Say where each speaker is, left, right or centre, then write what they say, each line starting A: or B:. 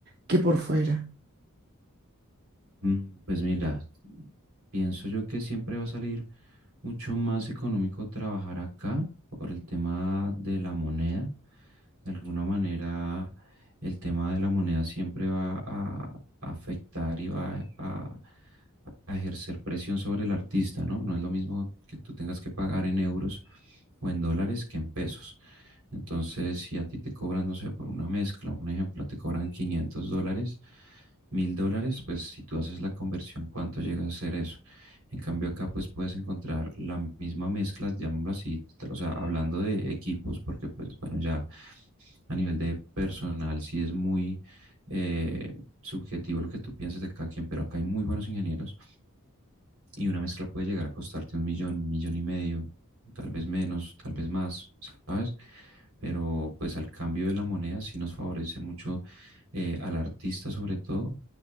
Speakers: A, on the right (about 50°); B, on the right (about 75°).
A: que por fuera.
B: Mm, Pues mira, pienso yo que siempre va a salir mucho más económico trabajar acá por el tema de la moneda De alguna manera, el tema de la moneda siempre va a afectar y va a, a ejercer presión sobre el artista, ¿no? No es lo mismo que tú tengas que pagar en euros o en dólares que en pesos. Entonces, si a ti te cobran, no sé, por una mezcla, un ejemplo, te cobran 500 dólares, 1000 dólares, pues si tú haces la conversión, ¿cuánto llega a ser eso? En cambio, acá pues puedes encontrar la misma mezcla, llamémoslo así, o sea, hablando de equipos, porque pues bueno, ya a nivel de personal, sí es muy eh, subjetivo lo que tú piensas de cada quien, pero acá hay muy buenos ingenieros y una mezcla puede llegar a costarte un millón, un millón y medio, tal vez menos, tal vez más, ¿sabes? Pero pues al cambio de la moneda sí nos favorece mucho eh, al artista sobre todo